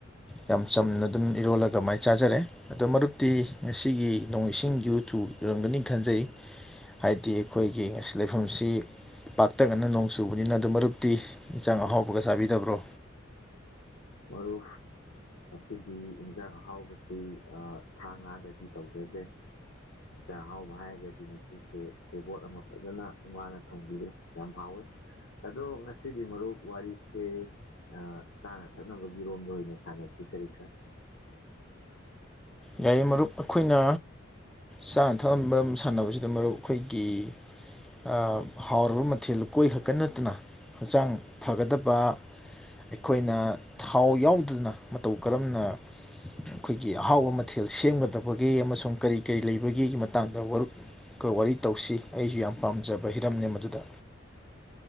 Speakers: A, in the centre; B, on the left.
A: ꯌꯥꯝ ꯆꯝꯅ ꯑꯗꯨꯝ ꯏꯔꯣꯜꯂꯒ ꯃꯥꯏ ꯆꯥꯖꯔꯦ ꯑꯗꯣ ꯃꯔꯨꯞꯇꯤ ꯉꯁꯤꯒꯤ ꯅꯣꯡ ꯏꯁꯤꯡ ꯌꯨꯊꯨꯞ ꯌꯨꯔꯝꯒꯅꯤ ꯈꯟꯖꯩ ꯍꯥꯏꯗꯤ ꯑꯩꯈꯣꯏꯒꯤ ꯉꯁꯤ ꯂꯩꯐꯝꯁꯤ ꯄꯥꯛꯇꯅꯅ ꯅꯣꯡ ꯆꯨꯕꯅꯤꯅ ꯑꯗꯨ ꯃꯔꯨꯞꯇꯤ ꯏꯟꯁꯥꯡ ꯑꯍꯥꯎꯕꯒ ꯆꯥꯕꯤꯗꯕ꯭ꯔꯣ
B: ꯃꯔꯨꯞ ꯉꯁꯤꯗꯤ ꯏꯟꯖꯥꯡ ꯑꯍꯥꯎꯕꯁ ꯁꯤ ꯑꯥ ꯁꯥ ꯉꯥꯗꯗꯤ ꯇꯧꯖꯗ꯭ꯔꯦ ꯏꯟꯁꯥꯡ ꯑꯍꯥꯎꯕ ꯍꯥꯏꯔꯒꯗꯤ ꯉꯁꯤꯁꯦ ꯁꯦꯕꯣꯠ ꯑꯃ ꯐꯖꯅ ꯏꯃꯥꯅ ꯊꯣꯡꯕꯤꯔꯦ ꯌꯥꯝ ꯍꯥꯎꯋꯤ ꯑꯗꯣ ꯉꯁꯤꯗꯤ ꯃꯔꯨꯞ ꯋꯥꯔꯤꯁꯦ ꯑ ꯇꯥꯟꯅ ꯊꯛꯅꯕꯒꯤꯔꯣꯝꯗ ꯑꯣꯏꯅ ꯁꯥꯟꯅꯁꯤ ꯀꯔꯤ ꯀꯥꯏ
A: ꯌꯥꯏꯌ‌ꯦ ꯃꯔꯨꯞ ꯑꯩꯈꯣꯏꯅ ꯆꯥꯅ ꯊꯛꯅꯕ ꯃꯔꯝ ꯁꯥꯟꯅꯕꯁꯤꯗ ꯃꯔꯨꯞ ꯑꯩꯈꯣꯏꯒꯤ ꯑꯥ ꯍꯥꯎꯔꯕ ꯃꯊꯦꯜ ꯂꯨꯀꯣꯏꯈꯛꯇ ꯅꯠꯇꯅ ꯍꯛꯆꯥꯡ ꯐꯒꯗꯕ ꯑꯩꯈꯣꯏꯅ ꯊꯥꯎ ꯌꯥꯎꯗꯅ ꯃꯇꯧ ꯀꯔꯝꯅ ꯑꯩꯈꯣꯏꯒꯤ ꯑꯍꯥꯎꯕ ꯃ ꯊꯦꯜ ꯁꯦꯝꯒꯗꯕꯒꯦ ꯑꯃꯁꯨꯡ ꯀꯔꯤ ꯀꯔꯤ ꯂꯩꯕꯒꯦꯒꯤ ꯃꯇꯥꯡꯗ ꯋꯥꯔꯨꯞ ꯀ ꯋꯥꯔꯤ ꯇꯧꯁꯤ ꯑꯩꯖꯨ ꯌꯥꯝ ꯄꯥꯝꯖꯕ ꯍꯤꯔꯝꯅꯦ ꯃꯗꯨꯗ